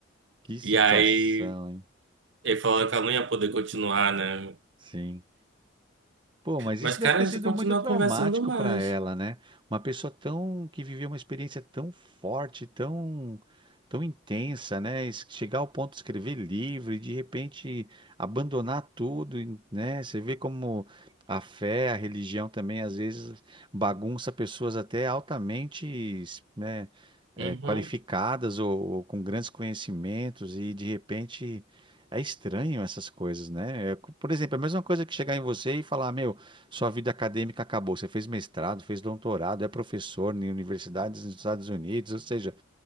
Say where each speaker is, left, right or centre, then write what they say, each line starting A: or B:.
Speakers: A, on the right; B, on the right.
A: que situação,
B: E aí
A: hein?
B: ele falou que ela não ia poder continuar, né?
A: Sim. Pô, mas
B: Mas,
A: isso deve
B: cara,
A: ter
B: a
A: sido
B: gente continua
A: muito traumático
B: conversando mais.
A: para ela, né? Uma pessoa tão que viveu uma experiência tão forte, tão tão intensa, né? Es- Chegar ao ponto de escrever livro e de repente abandonar tudo, e, né? Você vê como a fé, a religião também às vezes bagunça pessoas até altamente, né, eh,
B: Uhum,
A: qualificadas ou, ou com grandes conhecimentos e de repente é estranho essas coisas, né? É, por exemplo, é a mesma coisa que chegar em você e falar, meu sua vida acadêmica acabou. Você fez mestrado, fez doutorado, é professor em universidades nos Estados Unidos, ou seja,